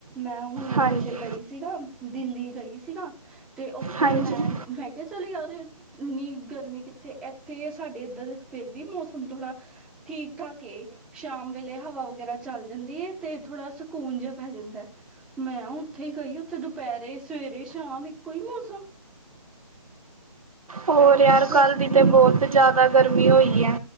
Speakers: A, in the centre; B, on the right.
A: ਮੈਂ ਹੁਣੇ
B: ਹਾਂਜੀ
A: ਪਿੱਛੇ ਗਈ ਸੀਨਾ ਦਿੱਲੀ ਗਈ ਸੀਨਾ ਤੇ ਉੱਥੇ
B: ਹਾਂਜੀ
A: ਮੈਂ ਮੈਂ ਕਿਹਾ ਚਲੀ ਯਾਰ ਇੰਨੀ ਗਰਮੀ ਕਿੱਥੇ ਇੱਥੇ ਸਾਡੇ ਇੱਧਰ ਫੇਰ ਵੀ ਮੌਸਮ ਥੋੜਾ ਠੀਕ ਠਾਕ ਏ ਸ਼ਾਮ ਵੇਲੇ ਹਵਾ ਵਗੈਰਾ ਚੱਲ ਜਾਂਦੀ ਏ ਤੇ ਥੋੜ੍ਹਾ ਸਕੂਨ ਜਿਹਾ ਪੈ ਜਾਂਦਾ। ਮੈਂ ਉੱਥੇ ਹੀ ਗਈ ਉੱਥੇ ਦੁਪਹਿਰੇ ਸਵੇਰੇ ਸ਼ਾਮ ਇੱਕੋ ਈ ਮੌਸਮ।
B: ਹੋਰ
A: ਐਡੀ
B: ਯਾਰ
A: ਗਰਮੀ
B: ਕੱਲ੍ਹ ਦੀ ਤਾਂ ਬਹੁਤ ਜ਼ਿਆਦਾ ਗਰਮੀ ਹੋਈ ਐ।